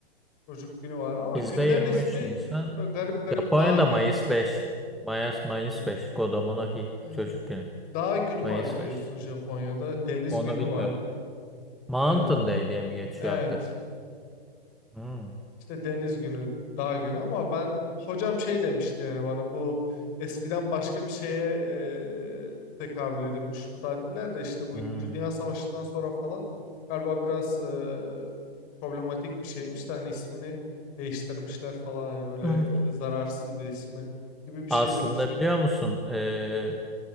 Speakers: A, on the left (about 25°); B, in the centre.
A: Çocuk günü var ama
B: Bizde
A: günlerin
B: 23
A: ismi
B: Nisan.
A: böyle garip garip
B: Japonya'da
A: dağ gün
B: Mayıs 5. Mayıs Mayıs
A: e,
B: 5. Kodomo no Hi.
A: e,
B: Çocuk Günü.
A: dağ günü var
B: Mayıs
A: biliyorsun
B: 5.
A: Japonya'da deniz
B: Onu
A: günü
B: bilmiyorum.
A: var.
B: Mountain
A: E,
B: Day diye mi geçiyor
A: evet
B: hakikaten? Hmm,
A: İşte deniz günü, dağ günü ama ben hocam şey demişti yani bana bu eskiden başka bir şeye e, tekabül ediyormuş bu tatiller de işte bu
B: hmm.
A: İkinci Dünya Savaşı'ndan sonra falan galiba biraz e, problematik bir şeymiş de hani ismini değiştirmişler falan hani böyle
B: Evet.
A: e, zararsız bir ismi gibi bir şey
B: Aslında
A: demişti.
B: biliyor musun eee,